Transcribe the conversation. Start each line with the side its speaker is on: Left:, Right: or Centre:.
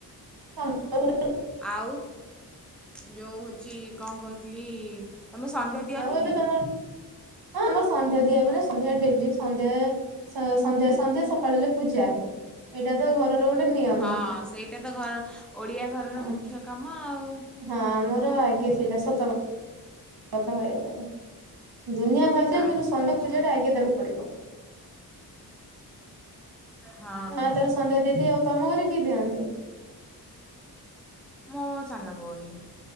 Right: <inaudible>
Centre: ଆଉ ଯୋଉ ହଉଛି କଣ କହୁଥିଲି ତମେ ସନ୍ଧ୍ୟା ଦିଅନି
Right: ଆଉ ଏବେ
Centre: କି?
Right: ତମର ହଁ ଆମର ସନ୍ଧ୍ୟା ଦିଆହେବ ନା, ସନ୍ଧ୍ୟା ଡେଲି ସନ୍ଧ୍ୟା ସନ୍ଧ୍ୟା ସନ୍ଧ୍ୟା ସକାଳ ହେଲେ ପୂଜା, ଏଇଟା ତ ଘରର ଗୋଟେ ନିୟମ।
Centre: ହଁ ସେଇଟା ତ ଘର ଓଡ଼ିଆ ଘରର
Right: ହଁ
Centre: ମୁଖ୍ୟ କାମ ଆଉ।
Right: ଆମର ଆଗେ ସେଇଟା ସତ କଥା କହିହେଲାନି। ଦୁନିଆ ଭାସିଯାଉ
Centre: ଆଚ୍ଛା
Right: କିନ୍ତୁ ସନଡେ
Centre: ଆଚ୍ଛା
Right: ପୂଜା ଟା ଆଗେ ଦେବାକୁ ପଡିବ।
Centre: ହଁ
Right: ମା
Centre: ହଁ
Right: ତାକୁ ସନ୍ଧ୍ୟା ଦେଇଦି ଆଉ ତମ ଘରେ କିଏ ଦିଅନ୍ତି।
Centre: ମୋ ସାନ ଭଉଣୀ।